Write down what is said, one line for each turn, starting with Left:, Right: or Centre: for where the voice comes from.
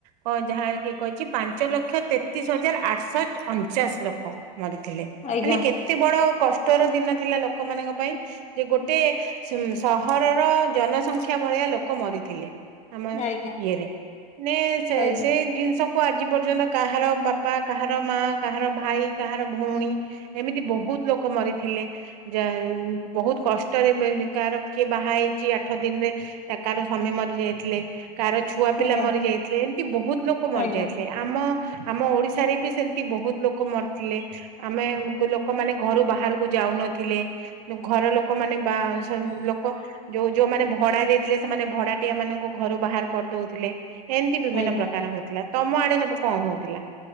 Right: କ ଯାହା କିଏ କହିଛି। ପାଞ୍ଚ ଲକ୍ଷ ତେତିଶ ହଜାର ଆଠଶହ ଅଣଚାଶ ଲୋକ ମରିଥିଲେ
Left: ଆଜ୍ଞା
Right: ମାନେ କେ ଏତେ ବଡ କଷ୍ଟର ଦିନ ଥିଲା ଲୋକମାନଙ୍କ ପାଇଁ। ଯେ ଗୋଟେ ସିମ ସହରର ଜନସଂଖ୍ୟା ଭଳିଆ ଲୋକ ମରି ଥିଲେ ଆମ
Left: ଆଜ୍ଞା
Right: ଇଏରେ ମାନେ ସେ
Left: ଆଜ୍ଞା
Right: ସେ ଜିନିଷ। କୁ ଆଜି ପର୍ଯ୍ୟନ୍ତ କାହାର ବାପା କାହାର ମା କାହାର ଭାଇ କାହାର ଭଉଣୀ। ଏମିତି ବହୁତ ଲୋକ ମରିଥିଲେ। ଯା ବହୁତ କଷ୍ଟରେ ମେନ କାହାର କିଏ ବାହା ହେଇଛି ଆଠ ଦିନରେ ତା କାର ସ୍ବାମୀ ମରି ଯାଇଥିଲେ, କାହାର ଛୁଆ ପିଲା
Left: ଆଜ୍ଞା
Right: ମରି ଯାଇଥିଲେ, ଏମତି ବହୁତ ଲୋକ ମରିଯାଇଥିଲେ।
Left: ଆଜ୍ଞା ଆଜ୍ଞା
Right: ଆମ ଆମ ଓଡିଶାରେ ବି ସେମିତି ବହୁତ ଲୋକ ମରିଥିଲେ। ଆମେ ଲୋକମାନେ ଘରୁ ବାହାରକୁ ଯାଉନଥିଲେ। ଘର ଲୋକମାନେ ବା ସନ ଲୋକ ଯୋଉ ଯୋଉମାନେ ଭଡା ଦେଇଥିଲେ ସେମାନେ। ଭଡାଟିଆ ମାନଙ୍କୁ ଘରୁ ବାହାର କରିଦଉଥିଲେ ଏମତି ବିଭିନ୍ନ
Left: ଆଜ୍ଞା
Right: ପ୍ରକାର ହଉଥିଲା। ତମ ଆଡେ ସବୁ କଣ ହଉଥିଲା।